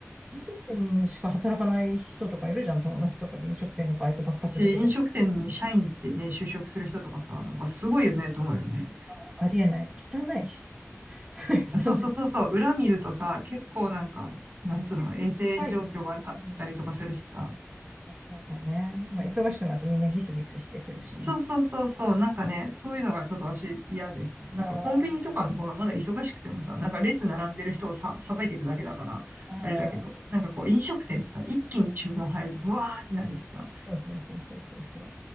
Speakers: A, on the right; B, on the right.
A: 飲食店しか働かない人とかいるじゃん、友達とかで飲食店のバイトばっか続けてるか
B: し、飲食店に社員ってね、就職する人とかさ、なんかすごいよねと思うよね。
A: ら。ありえない。汚いし、結構。<laughs>
B: そうそうそうそう、
A: 汚い。
B: 裏見るとさ、結構なんか、なんつうの、
A: あ結構臭い。
B: 衛生状況悪かったりとかするしさ、
A: うん。なんかね、まあ、忙しくなるとみんなギスギスしてくるしね。
B: そうそうそうそう。なんかね、そういうのがちょっと私嫌でさ。なんかコンビニとかの方がまだ忙しくてもさ、
A: ああ、
B: なんか列並んでる人をさ、さばいていくだけだから、
A: あ
B: あれだけど、なんかこう飲食店ってさ、一気に注文入るとブワーってなるしさ、
A: あ、そうそうそうそうそうそう。